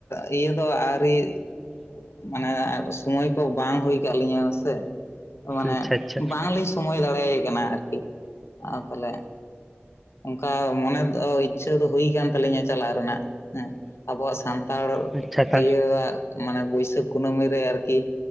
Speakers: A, on the left; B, in the centre.
A: ᱤᱭᱟᱹ ᱫᱚ ᱟᱹᱣᱨᱤ ᱢᱟᱱᱮ ᱥᱚᱢᱚᱭ ᱠᱚ ᱵᱟᱝ ᱦᱩᱭ ᱠᱟᱜ ᱞᱤᱧᱟᱹ ᱥᱮ ᱢᱟᱱᱮ
B: ᱟᱪᱪᱷᱟ ᱟᱪᱪᱷᱟ
A: ᱵᱟᱝ ᱞᱤᱧ ᱥᱚᱢᱚᱭ ᱫᱟᱲᱮᱭ ᱠᱟᱱᱟ ᱟᱨᱠᱤ ᱛᱟᱦᱚᱞᱮ ᱚᱱᱠᱟ ᱢᱚᱱᱮ ᱫᱚ ᱤᱪᱪᱷᱟᱹ ᱫᱚ ᱦᱩᱭ ᱟᱠᱟᱱ ᱛᱟᱞᱤᱧᱟ ᱪᱟᱞᱟᱜ ᱨᱮᱱᱟᱜ ᱦᱮᱸ ᱟᱵᱚᱣᱟᱜ ᱥᱟᱱᱛᱟᱲ
B: ᱟᱪᱪᱷᱟ ᱛᱟ
A: ᱤᱭᱟᱹᱣᱟᱜ ᱢᱟᱱᱮ ᱵᱟᱹᱭᱥᱟᱹᱠᱷ ᱠᱩᱱᱟᱹᱢᱤ ᱨᱮ ᱟᱨᱠᱤ